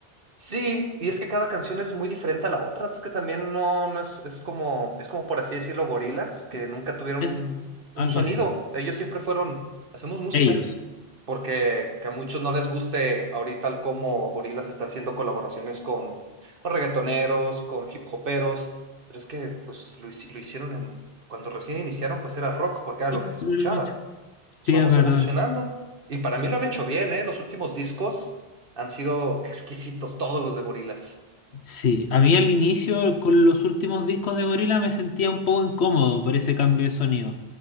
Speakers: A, on the right; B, on the left.
A: Sí, y es que cada canción es muy diferente a la otra, es que también no, no es, es como, es como por así decirlo, gorilas, que nunca tuvieron
B: Es
A: un, un
B: algo
A: sonido.
B: así.
A: Ellos siempre fueron, hacemos música,
B: Ellos.
A: porque que a muchos no les guste ahorita el cómo Gorilas está haciendo colaboraciones con, con reggaetoneros, con hip hoperos, pero es que pues lo, hici- lo hicieron en, cuando recién iniciaron, pues era rock, porque era
B: Siempre
A: lo que se escuchaba.
B: lo han hecho.
A: Pues
B: Sí,
A: vamos
B: es verdad.
A: evolucionando, y para mí lo han hecho bien, ¿eh? Los últimos discos. Han sido exquisitos todos los de Gorillaz.
B: Sí, a mí al inicio con los últimos discos de Gorila me sentía un poco incómodo por ese cambio de sonido,